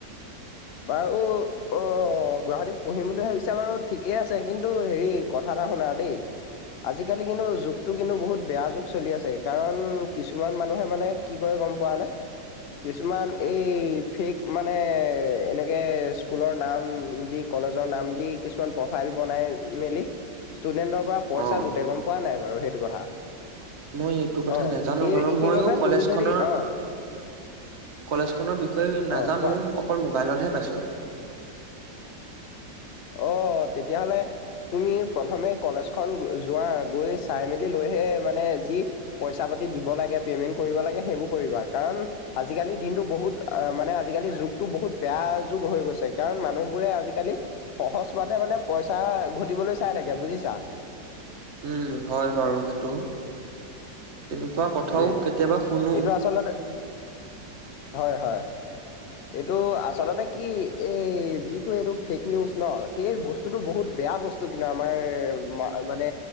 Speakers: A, on the left; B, on the right.
A: বাৰু অ', অ', গুৱাহাটীত পঢ়িম বুলি ভাবিছা বাৰু ঠিকে আছে কিন্তু হেৰি কথা <unintelligible> দেই আজিকালি কিন্তু যুগটো কিন্তু বহুত বেয়া যুগ চলি আছে কাৰণ কিছুমান মানুহে মানে কি কৰে গম পোৱানে কিছুমান এই ফেক মানে এনেকে স্কুলৰ নাম দি কলেজৰ নাম দি কিছুমান প্ৰফাইল বনাই মেলি ষ্টুডেণ্টৰ পৰা পইচা
B: অ
A: লুটে গম পোৱা নাই বাৰু সেইটো কথা?
B: মই এইটো কথা
A: অ
B: নেজানো
A: সেই
B: বাৰু
A: সেইবাবে
B: মইয়ো কলেজখনৰ
A: তুমি যদি অ
B: কলেজ খনৰ বিষয়ে নাজানো
A: অ কোৱা।
B: অকল মোবাইলতহে পাইছোঁ।
A: অ, তেতিয়াহলে তুমি প্ৰথমে কলেজখন যোৱা গৈ চাই মেলি লৈ হে মানে যি পইছা পাতি দিব লাগে পেমেণ্ট কৰিব লাগে সেইবোৰ কৰিবা কাৰণ আজিকালি কিন্তু বহুত মানে আজিকালি যুগটো বহুত বেয়া যুগ হৈ গৈছে কাৰণ মানুহবোৰে আজিকালি সহজ পোৱাতে মানে পইচা ঘটিবলৈ চাই থাকে বুজিছা?
B: উম, হয় বাৰু সেইটো। তেনেকুৱা কথাও
A: উম,
B: কেতিয়াবা শুনো
A: এইটো আচলতে হয়-হয়। এইটো আচলতে কি এই যিটো এইটো ফেক নিউজ ন' সেই বস্তুটো বহুত বেয়া বস্তু কিন্তু আমাৰ মানে